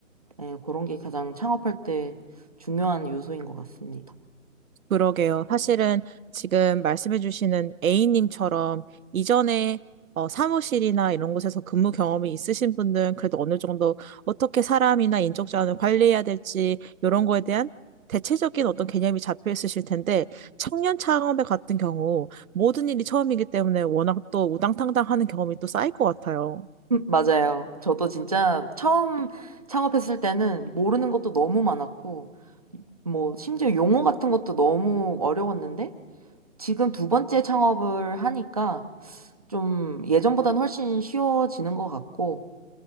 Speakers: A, on the right; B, on the right.
A: 예, 그런 게 가장 창업할 때 중요한 요소인 것 같습니다.
B: 그러게요. 사실은 지금 말씀해주시는 A님처럼 이전에 어, 사무실이나 이런 곳에서 근무 경험이 있으신 분들은 그래도 어느 정도 어떻게 사람이나 인적 자원을 관리해야 될지 이런 거에 대한 대체적인 어떤 개념이 잡혀 있으실 텐데 청년 창업의 같은 경우 모든 일이 처음이기 때문에 워낙 또 우당탕당 하는 경험이 또 쌓일 것 같아요.
A: 음, 맞아요. 저도 진짜 처음 창업했을 때는 모르는 것도 너무 많았고, 뭐, 심지어 용어 같은 것도 너무 어려웠는데, 지금 두 번째 창업을 하니까 좀 예전보다는 훨씬 쉬워지는 것 같고,